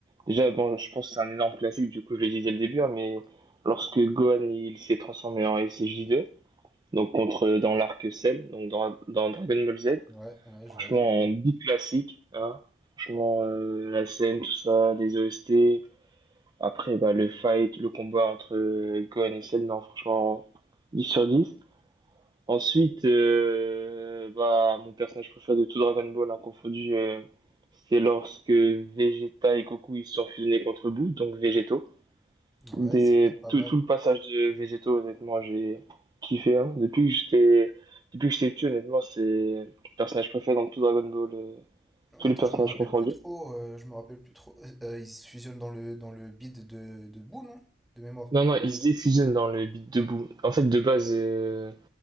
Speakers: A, on the right; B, in the centre.
A: Déjà, bon, je pense que c'est un énorme classique, du coup, je l'ai dit dès le début, hein, mais lorsque Gohan il s'est transformé en S J deux donc contre dans l'arc Cell, donc dans, dans Dragon Ball Z,
B: Ouais, ouais,
A: Franchement,
B: je valide.
A: en beat classique, hein. Franchement, euh, la scène, tout ça, les OST. Après, bah, le fight, le combat entre euh, Gohan et Cell, non, franchement, dix sur dix Ensuite, euh, bah, mon personnage préféré de tout Dragon Ball, hein, confondu, euh, c'est lorsque Vegeta et Goku ils se sont fusionnés contre Boo, donc Végéto.
B: Ouais,
A: Des,
B: c'est vrai que pas
A: tout,
B: mal.
A: tout le passage de Végéto, honnêtement, j'ai kiffé. hein. Depuis que j'étais, depuis que j'étais petit, honnêtement, c'est le personnage préféré dans tout Dragon Ball. euh, tous
B: Attends,
A: les personnages
B: je me rappelle
A: confondus.
B: plus trop. euh, je me rappelle plus trop. Euh, euh, ils se fusionnent dans le dans le bid de de boue, non? De mémoire.
A: Non, non, ils se défusionnent dans le beat debout. En fait, de base, euh,